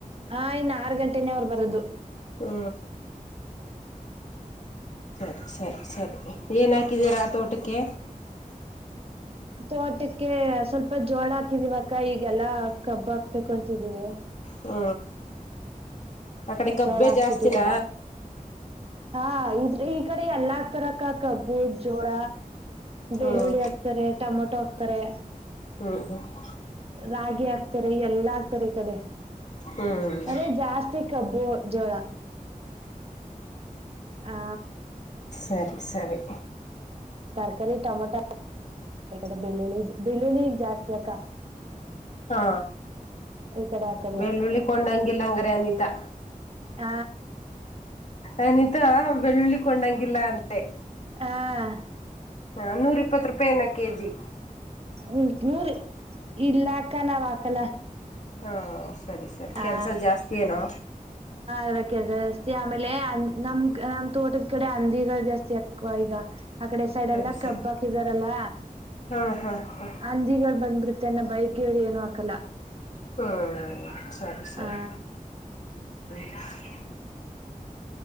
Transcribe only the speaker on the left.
ಹ ಸರಿ ಸರಿ ಸರಿ ಏನಾಕಿದ್ದೀರಾ ಆ ತೋಟಕ್ಕೆ
ಹ್ಞೂ ಆ ಕಡೆ ಕಬ್ಬೆ
ಜಾಸ್ತಿನ
ಹ್ಮ್
ಹ್ಮ ಹ್ಮ
ಹ್ಮ್ ಹ್ಮ್
ಸರಿ ಸರಿ
ಹಾ
ಬೆಳ್ಳಳ್ಳಿಕೊಂಡಂಗಿಲ್ಲ ಹಂಗಾರೆ ಅನಿತಾ
ಅನಿತಾ ಬೆಳ್ಳುಳ್ಳಿಕೊಂಡಂಗಿಲ್ಲ ಅಂದೇ
ಹ ನೂರ ಇಪ್ಪತ್ತು ರೂಪಾಯ ಏನ ಕೆಜಿ
ಹಾ ಸರಿ ಸರಿ
ಕೆಲಸ ಜಾಸ್ತಿ ಏನೋ
ಸರಿ
ಸರಿ
ಹಾ ಹಾ ಹಾ
ಹಾ ಹ್ಮ ಸರಿ ಸರಿ
ಹೆ